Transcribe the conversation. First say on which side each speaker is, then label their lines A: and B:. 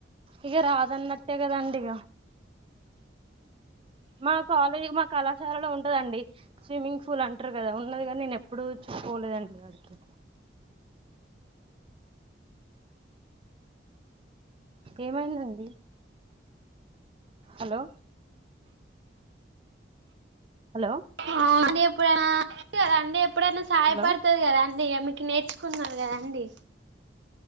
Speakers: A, on the right; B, on the right.
A: ఇగ రాదన్నట్టే కదండిగ మా కాలేజ్ మా కళాశాలలో ఉంటదండి స్విమ్మింగ్ ఫూల్ అంటరు గదా ఉన్నది గనీ నేను ఎప్పుడు చూ పోలేదండి ఆడికి ఏమైందండి హలో హలో
B: ఆ ఎప్పుడన్న కదా అండి ఎప్పుడైనా సహయపడుతది
A: హలో
B: గదా అండి ఇగ మీకు నేర్చుకున్నను కదా అండి